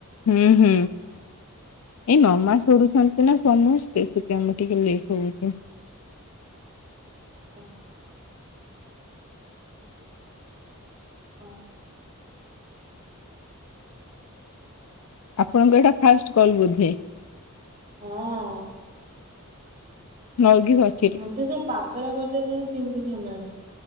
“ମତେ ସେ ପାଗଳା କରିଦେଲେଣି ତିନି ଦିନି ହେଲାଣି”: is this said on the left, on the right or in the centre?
Right